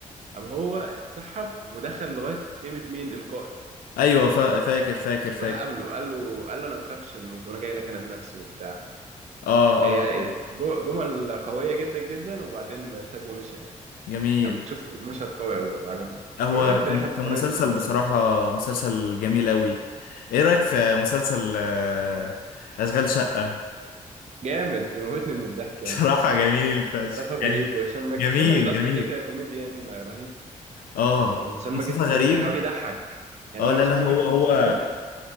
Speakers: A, on the right; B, on the left.
A: قام هو اتسحب ودخل لغايه خيمه مين القائد
B: ايوه فا- فاكر فاكر فاكر
A: وراح قابله قال له قال له انا ما بخافش من الموت وانا جاي لك انا بنفسي وبتاع
B: اه
A: إيه يعني
B: اه
A: جو- جمل قويه جدا جدا وبعدين سابه ومشي عادي
B: جميل
A: انا كنت شوف مشهد قوي قوي برضه عجبني
B: آه، هو
A: فبحب
B: كان
A: يحيى
B: كان
A: الفخراني
B: مسلسل
A: في المسلسلات
B: بصراحه مسلسل جميل قوي ايه رايك في مسلسل آه، اشغال شقه
A: جامد بيموتني من الضحك
B: <laughs>
A: يا
B: بصراحه
A: عم
B: جميل فشخ
A: مصطفى غريب
B: يعني
A: وهشام ماجد
B: جميل
A: هشام ماجد اصلا
B: جميل
A: كده كده كوميديان رهيب
B: اه
A: يعني هشام
B: مصطفى
A: ماجد
B: غريب
A: ومش بيحاول يضحك يعني
B: اه
A: هو
B: لا
A: هشام
B: لا
A: ماجد
B: هو
A: في
B: هو
A: المسلسل